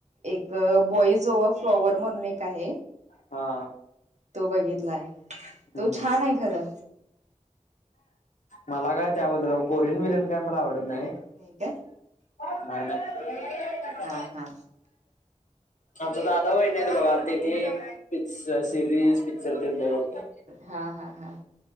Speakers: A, on the right (about 65°); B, on the left (about 75°).
A: एक बॉईज ओव फ्लॉवर म्हणून एक आहे
B: हा
A: तो बघितलाय
B: हम्म.
A: तो छान आहे खरं
B: मला काय त्याबद्दल कोरियन बिरियन काय मला आवडत नाय.
A: होय काय.
B: नाहीय ना. <unintelligible>
A: हा हा
B: आमचे दादा वहिनी येत बघा त्यांनी पिक्च सिरीज पिक्चर लय बघतात.
A: हा हा हा..